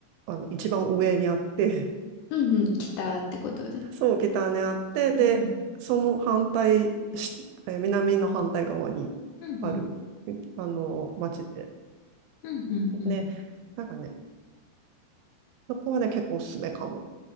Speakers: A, on the right; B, on the left.
A: あの、一番上にあって
B: うんうん、来たってことで。
A: そう、北にあって、で、
B: うんうん、
A: その反対し、え南の反対側にある、
B: うんうん、
A: あの、町で。
B: うんうん、うん
A: で、なんかね、そこはね、結構おすすめかも。